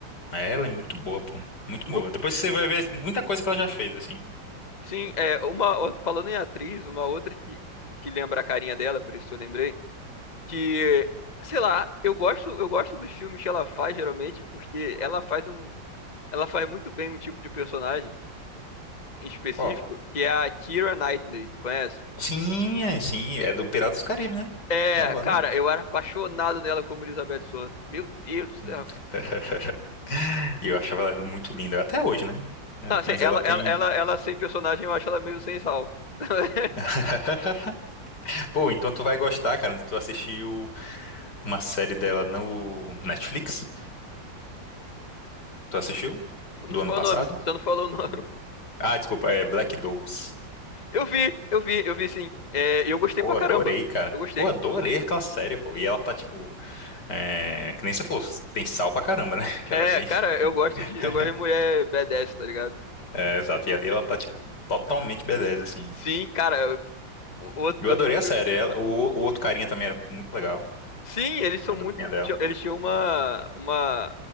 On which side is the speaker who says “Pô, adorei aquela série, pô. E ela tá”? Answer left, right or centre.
Left